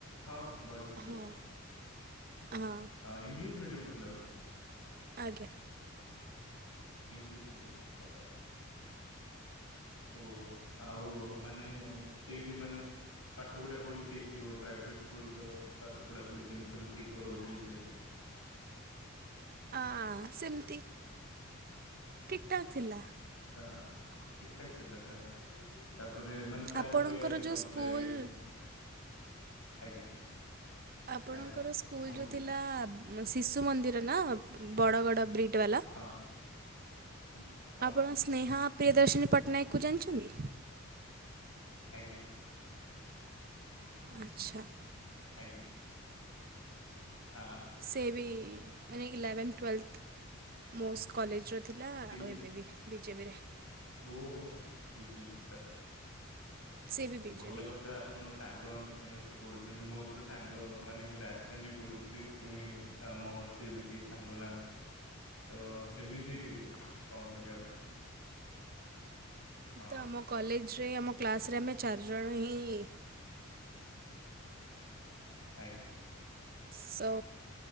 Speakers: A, on the left (about 80°); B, on the right (about 45°).
A: ହଁ ଭ ଭଏସ୍ କ୍ଲିୟର
B: ହଁ
A: ଅଛି।
B: ହଁ।
A: ହଁ ଇଂଲିଶ ମିଡ଼ିୟମ୍ ଥିଲା ବୋଧେ।
B: ଆଜ୍ଞା।
A: ଇଂଲିଶ ମିଡିୟମ୍ ଥିଲା ତାହେଲେ। ଓହୋ ଆଉ ମାନେ ସେଇଠି ମାନେ ପାଠ ପଢା ପଢି ଠିକ୍ ଥିବ ପ୍ରାଇଭେଟ ସ୍କୁଲ୍ ତ ପାଠ ପଢା ପୁଢି ଯେମିତି ହେଲେ ଠିକ୍ କରଉଥିବେ ସେ।
B: ଆ ସେମିତି ଠିକ୍ ଠାକ୍ ଥିଲା।
A: ହଁ ଠିକ୍ ଠାକ୍ ଥିଲା ତାହେଲେ। ତାପରେ ମାନେ ତାର
B: ଆପଣଙ୍କର
A: ପ୍ରେୟାରେ
B: ଯେଉଁ
A: କଣ
B: ସ୍କୁଲ
A: ଥିଲା ଏଇ ଥିନେ? ଆଜ୍ଞା।
B: ଆପଣଙ୍କର
A: ଆଜ୍ଞା
B: ସ୍କୁଲ୍
A: କୁହନ୍ତୁ
B: ଯୋ ଥିଲା ଶିଶୁ ମନ୍ଦିର ନା ବଡ଼ଗଡ଼ ବ୍ରିଜ୍? ଓଟୋ ବାଲା
A: ହଁ ହୁଁ, ହଁ
B: ଆପଣ ସେ ନେହା ପ୍ରିୟଦର୍ଶିନୀ ପଟ୍ଟନାୟକକୁ ଜାଣିଛନ୍ତି।
A: ଆଜ୍ଞା।
B: ଆଚ୍ଛା।
A: ଆଜ୍ଞା। <unintelligible>
B: ସେଏବି ମାନେ ଇଲେଭେନ୍, ଟ୍ୱଏେଲ୍ଥ୍ ମୋ ସ୍କଲେଜ୍ ରେ ଥିଲା ଆଉ
A: ଇଲେ
B: ଏବେ ବି ବିଜେପିରେ।
A: ଓହୋ ବିଜେପି ତା
B: ସେ ବି
A: ଏ
B: ବିଜେପି
A: ଭଲ କଥା। ଆପଣଙ୍କ ସାଙ୍ଗମାନେ ସମସ୍ତେ ପଢୁଛନ୍ତି ମୋ ତ ସାଙ୍ଗ ମାନେ ମୁଁ ରାଜଧାନୀ ରେ ପଢୁଥିଲି। ପୁଣି ଆ ମହର୍ଷି, ବିକି ସାଙ୍ଗନାହାନ୍ତି। ତ ସେମିତି କଣ କରିବା ଆଉ। ହଁ
B: ତ ଆମ କଲେଜ୍
A: ଆ-
B: ରେ ଆମ କ୍ଲାସ୍ ରେ ଆମେ ଚାରିଜଣ ହିଁ
A: ଆଜ୍ଞା।
B: ସ